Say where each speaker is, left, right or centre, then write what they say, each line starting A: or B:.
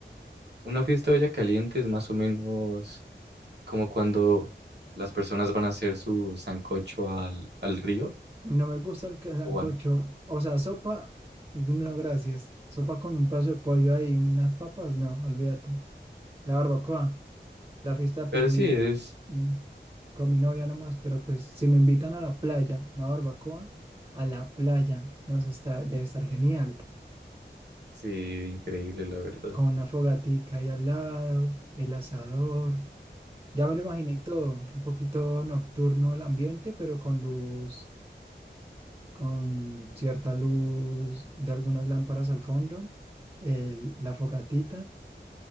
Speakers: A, on the right; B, on the right.
A: Una fiesta de olla caliente es más o menos como cuando las personas van a hacer su sancocho al, al río
B: No me gusta el ca- sancocho.
A: o van.
B: O sea, sopa, no, gracias. Sopa con un pedazo de pollo ahí, unas papas, no, olvídate. La barbacoa, la fiesta de
A: Pero
B: picnic,
A: sí es,
B: mm, con mi novia nomás, pero pues si me invitan a la playa, una barbacoa, a la playa, nos está, debe estar genial.
A: sí, increíble, la verdad.
B: Con una fogatica ahí al lado, el asador. Ya me lo imaginé y todo, un poquito nocturno el ambiente, pero con luz, con cierta luz de algunas lámparas al fondo, el- la fogatita.